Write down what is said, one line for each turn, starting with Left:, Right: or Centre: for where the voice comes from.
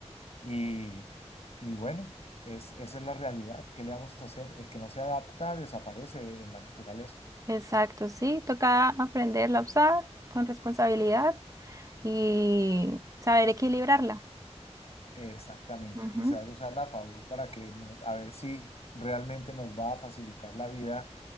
Left: Y, y bueno, es, esa es la realidad. ¿Qué le vamos a hacer? El que no se adapta desaparece en la naturaleza.
Right: Exacto, sí. Toca aprenderla a usar con responsabilidad y saber equilibrarla.
Left: Exactamente,
Right: Ujú.
Left: y saber usarla a favor para que nos, a ver si realmente nos va a facilitar la vida.